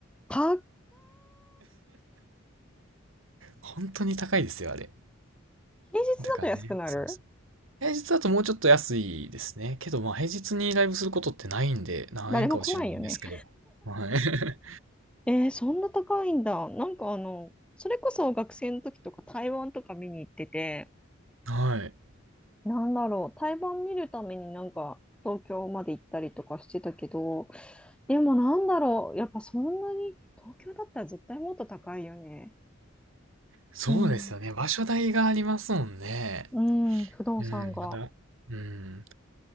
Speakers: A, in the centre; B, on the right.
A: 高ー
B: 本当に高いですよ、あれ。
A: 平日だと安くなる
B: だからね、そうそう平日だともうちょっと安いですね。けど、まあ、平日にライブすることってないんで、何円かは知らないんですけど。
A: 誰も来ないよね。
B: はい。<laughs>
A: えー、そんな高いんだ。なんかあの、それこそ学生の時とか台湾とか見に行ってて、
B: はい。
A: なんだろう、対バン見るためになんか東京まで行ったりとかしてたけど、でもなんだろう、やっぱそんなに、東京だったら絶対もっと高いよね。
B: そうですよね。
A: うん。
B: 場所代がありますもんね。
A: うん、不動産が。
B: うん、まだ。うん。